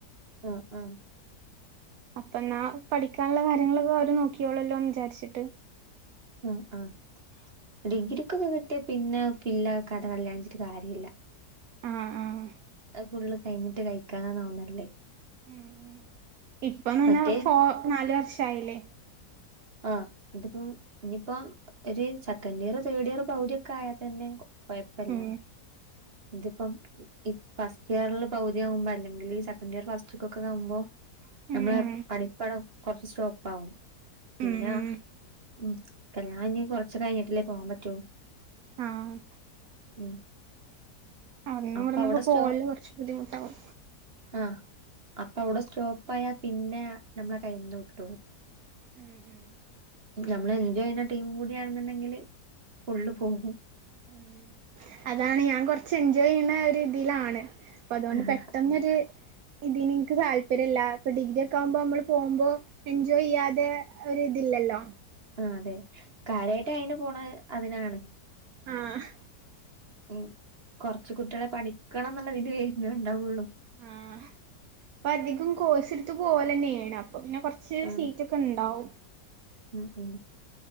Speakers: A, on the right; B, on the right.
A: ആഹ് ആഹ്
B: അപ്പന്നാ പഠിക്കാനുള്ള കാര്യങ്ങളൊക്കെ ഓര് നോക്കിയോളെല്ലോന്ന് വിചാരിച്ചിട്ട്.
A: ഉം ആഹ് ഡിഗ്രിക്കൊക്കെ കിട്ടിയ പിന്നെ അത് ഫില്ലാകാതെ കല്യാണിച്ചിട്ട് കാര്യല്ല.
B: ആഹ് ആഹ്
A: അത് ഫുള്ള് കഴിഞ്ഞിട്ട് കഴിക്കാന്നന്നാവുന്നല്ലേ.
B: ഉം ഉം ഇപ്പം തന്നെ
A: മറ്റേ
B: ഫോ നാലു വർഷായില്ലേ?
A: ആഹ് ഇതിപ്പം ഇനിയിപ്പം. ഒരു സെക്കൻഡ് ഇയറ് തേർഡ് ഇയറ് പൗധിയൊക്കെ ആയാൽ തന്നെ കൊഴപ്പല്ല.
B: ഉം
A: ഇതിപ്പം ഈ ഫസ്റ്റ് ഇയറിൽ പൗതി ആവുമ്പോ അല്ലെങ്കിൽ സെക്കൻഡ് ഇയർ ഫസ്റ്റ് കൊക്കെ ആവുമ്പോ. നമ്മളെ
B: ഉം ഉം
A: പഠിപ്പവിടെ കൊറച്ച് സ്റ്റോപ്പ് ആവും പിന്ന
B: ഉം ഉം
A: ഉം കല്യാണം കഴിഞ് കൊറച്ച് കഴിഞ്ഞിട്ടല്ലേ പോവാൻ പറ്റൂ?
B: ആഹ്
A: ഉം
B: അവ്ട്ന്നും
A: അപ്പൊ
B: ഇവ്ടുന്നൊക്കെ
A: അവിടെ സ്റ്റോ
B: പോവൽ കുറച്ച് ബുദ്ധിമുട്ടാവും
A: ആഹ് അപ്പ അവിടെ സ്റ്റോപ്പായാ പിന്നെ നമ്മളെ കയിന്ന് വിട്ടോവും
B: ഉം ഉം
A: നമ്മൾ എൻജോയ് ചെയ്യുന്ന ടീമും കൂടിയാണെന്നുണ്ടെങ്കില് ഫുള്ള് പോകും
B: ഉം അതാണ് ഞാൻ കൊറച്ച് എൻജോയ് ചെയ്യുന്ന ഒരു ഇതിയിലാണ് അപ്പൊ അതുകൊണ്ട്
A: ആഹ്
B: പെട്ടെന്നൊരു ഇതിന് ഇൻക്ക് താല്പര്യം ഇല്ല അപ്പൊ ഡിഗ്രി ഒക്കെ ആകുമ്പോ നമ്മള് പോകുമ്പോ എൻജോയ് ചെയ്യാതെ ഒര് ഇതില്ലല്ലോ
A: ആഹ് അതെ കാര്യാട്ട് അയിന് പോണെ അതിനാണ്
B: ആഹ്
A: ഉം കൊർച്ച് കുട്ട്യാളെ പഠിക്കണംന്നുള്ളതിന് വെര്ണേ ഉണ്ടാവുള്ളൂ
B: ആഹ് അപ്പ അധികം കോസ് എടുത്ത് പോലെന്നെയാണം അപ്പ പിന്നെ കൊർച്ച്
A: ആഹ്
B: സീറ്റൊക്കെ ഇണ്ടാവും
A: ഉം ഉം